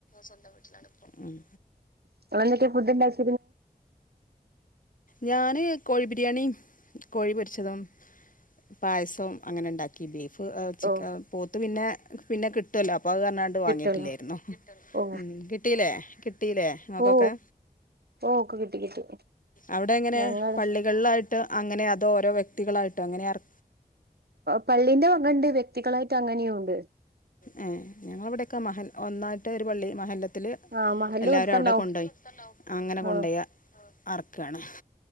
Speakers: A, on the left (about 55°); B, on the right (about 80°).
A: സ്വന്തം വീട്ട്ലാണിപ്പോ ഉം
B: <unintelligible>
A: ഞാന് കോഴി ബിരിയാണിം കോഴി പൊര്ച്ചതും പായസം അങ്ങനെ ഇണ്ടാക്കി ബീഫ് ഏഹ് ചിക്ക
B: ഓ
A: ഏഹ് പോത്ത് പിന്നെ പിന്നെ കിട്ടോല്ലോ അപ്പൊ അത് ട്ട് വാങ്ങിയിട്ട്
B: കിട്ടല്ലോ
A: ല്ലേയിരുന്നു
B: ഓ
A: ഉം കിട്ടീല്ലേ കിട്ടീല്ലേ ഇങ്ങക്കൊക്കെ
B: ഓ ഓ ഒക്കെ കിട്ടി കിട്ടി
A: അവ്ടെ എങ്ങനെ
B: ഞങ്ങൾ
A: പള്ളികളിലായി ട്ട് അങ്ങനെ അതോ ഓരോ വ്യക്തികളായിട്ട് അങ്ങനെ അർ
B: പള്ളിന്റെ വക ഉണ്ട് വ്യക്തികളായിട്ട് അങ്ങനെയും ഉണ്ട്
A: ഏഹ് ഞങ്ങളിവിടെയൊക്കെ മഹൽ ഒന്നായിട്ട് ഒരു പള്ളി മഹല്ലത്തില്
B: ആഹ് മഹല്ല്
A: എല്ലാവരും
B: കൊടുത്തണ്ടാവും
A: അവിടെ കൊണ്ടോയി അങ്ങനെ കൊണ്ടോയി
B: ആഹ്
A: അർക്കാണ്